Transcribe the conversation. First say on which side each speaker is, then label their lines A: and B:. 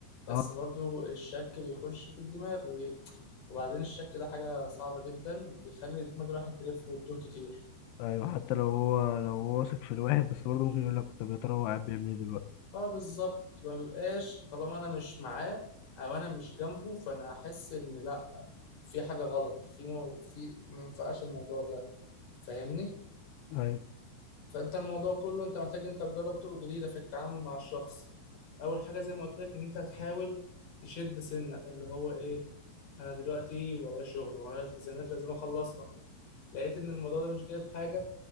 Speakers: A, on the left; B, on the left.
A: بس
B: اه
A: برضو الشك بيخش في الدماغ وي- وبعدين الشك ده حاجة صعبة جدا بيخلي دماغ الواحد تلف وتدور كتير
B: ايوه حتى لو هو لو هو واثق في الواحد بس برضه ممكن يقول لك طب يا ترى هو قاعد بيعمل ايه دلوقتي؟
A: اه بالظبط ما بيبقاش طالما انا مش معاه او انا مش جنبه فانا احس ان لا في حاجة غلط في مو في ما ينفعش الموضوع ده فاهمني
B: ايوه
A: فانت الموضوع كله انت محتاج انت تجرب طرق جديدة في التعامل مع الشخص اول حاجة زي ما قلت لك ان انت هتحاول تشد سنة اللي هو ايه انا دلوقتي ورايا شغل ورايا التزامات لازم اخلصها لقيت ان الموضوع ده مش جايب حاجه